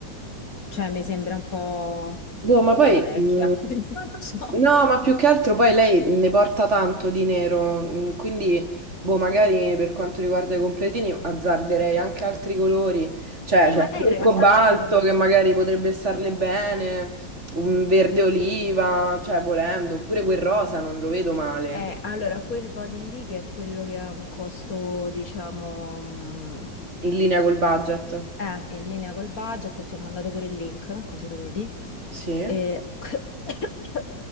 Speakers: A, on the left (about 50°); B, on the right (about 35°).
A: Cioè mi sembra un po'
B: Boh,
A: boh,
B: ma poi,
A: da vecchia,
B: mh,
A: <laughs> non lo so.
B: no, ma più che altro poi lei ne porta tanto di nero, mh, quindi, boh, magari per quanto riguarda i completini azzarderei anche altri colori, cioè
A: Sì,
B: c'è
A: ma
B: il
A: lei
B: blu
A: in realtà
B: cobalto
A: c'ha i compl-
B: che magari potrebbe starle bene, un verde oliva, cioè volendo, oppure quel rosa non lo vedo male,
A: Eh, allora, quel body lì che è quello che ha un costo, diciamo, mm,
B: in linea col budget.
A: eh, in linea col budget, ti ho mandato pure il link, così lo vedi.
B: Sì?
A: Eh, <coughs>